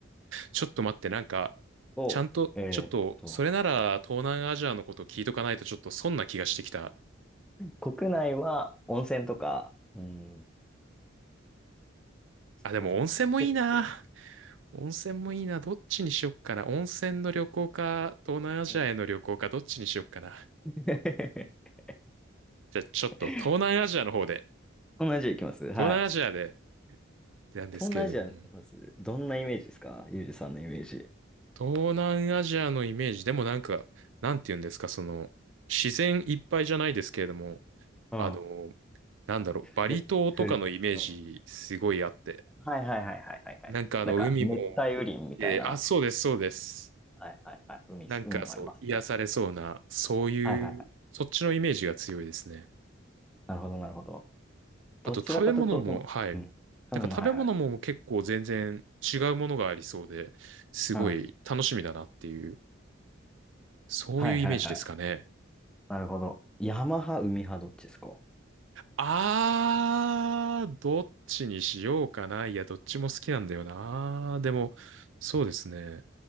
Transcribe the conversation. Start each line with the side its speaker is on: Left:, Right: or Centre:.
Right: ちょっと待って、なんか、
Centre: そうなんですと、
Right: ちゃんと、ちょっと、
Centre: えーっ
Right: それなら東南アジアのこと聞いとかないとちょっと損な気がしてきた。
Centre: と、国内は温泉とか、うん、
Right: あ、でも温泉もいいな。
Centre: そうだ、結構、
Right: 温泉もいいな。どっちにしよっかな。温泉の旅行か、東南アジアへの旅行か、
Centre: うん
Right: どっちにしよっかな。
Centre: <laughs>
Right: じゃあ、ちょっと東南アジアの方で、
Centre: 東南アジア行きます。はい。
Right: 東南アジアでなんですけれども。
Centre: 東南アジア、まず、どんなイメージですかゆうじさんのイメージ。
Right: 東南アジアのイメージ、でもなんか、なんて言うんですか、その、自然いっぱいじゃないですけれども、
Centre: うん。
Right: あの、なんだろう、バリ島とかのイメージすごいあって、
Centre: ふ、ふる、うん。はいはいはいはいはいはい。
Right: なんかあの、
Centre: なんか、
Right: 海も、
Centre: 熱帯雨林みたいな。
Right: えーあ、そうです、そうです。
Centre: はいはいはい。海、
Right: なんかそう、
Centre: 海もありますね。
Right: 癒されそうな、そういう、
Centre: はいはいはい。
Right: そっちのイメージが強いですね。
Centre: なるほどなるほど。
Right: あと食べ物も、
Centre: どちらかというと、その、
Right: はい。
Centre: うん。多分の、
Right: なんか食べ物も結構全然違うものがありそうで、
Centre: はいはい。
Right: すごい楽しみだなっていう、
Centre: うん。
Right: そういうイメージですかね。
Centre: はいはいはい。なるほど。山派、海派、どっちですか
Right: あー、どっちにしようかな。いや、どっちも好きなんだよな。でも、そうですね。